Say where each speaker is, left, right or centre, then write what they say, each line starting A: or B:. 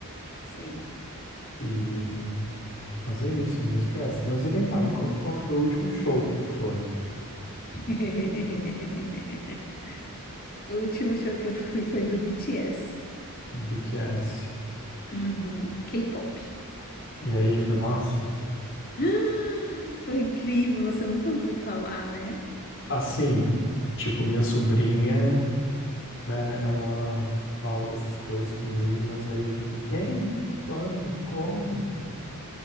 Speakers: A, on the left (about 45°); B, on the left (about 60°).
A: sei.
B: E... Mas é isso, música é essa. Mas e vem cá, me conta qual que foi o último show que tu foi?
A: <laughs> O último show que eu fui foi do BTS.
B: BTS.
A: Uhum, K-pop.
B: E aí, foi massa?
A: <gasps> Foi incrível, você nunca ouviu falar, né?
B: Assim, tipo, minha sobrinha. né? Ela fala dessas coisas comigo, mas aí eu digo, quem? Quando? Como?